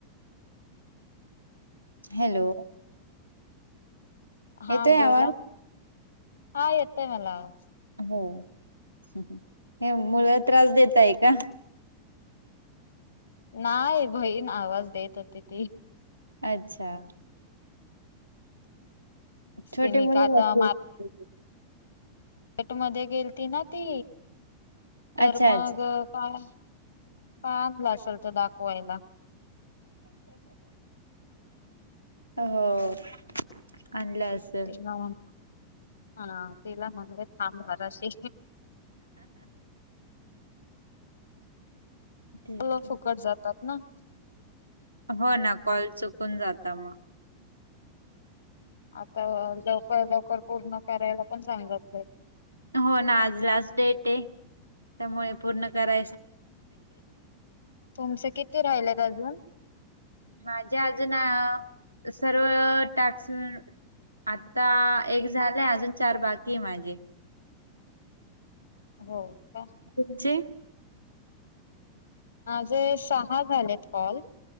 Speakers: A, on the right; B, on the left.
A: हॅलो
B: हा
A: येतोय
B: बोला
A: आवाज?
B: हा येतय मला आवाज
A: हो हे मुल त्रास देताये का
B: नाही बहीण आवाज देत होती ती
A: अच्छा छोटे
B: तिने
A: मुल
B: का आता
A: असतील
B: केट मध्ये गेलती ना ती तर
A: अच्छा
B: मग
A: अच्छा.
B: काय काय आणलं असेल तर दाखवायला
A: हो आणलंस
B: हा ह तिला म्हणे थांब जराशी
A: ठीक
B: तो
A: आहे.
B: फुकट जातात ना.
A: हो ना कॉल चुकून जाता मग-
B: आता लवकर लवकर पूर्ण करायला पण सांगतलं.
A: हो ना आज लास्ट डेट आहे त्यामुळे- पूर्ण कराय-
B: तुमचं किती राहिलत अजून?
A: माझे अजून ना सर्व टास्क- आता एक झालंय, अजून चार बाकी आहे माझे.
B: हो का.
A: तुमचे-
B: माझे सहा झालेत कॉल,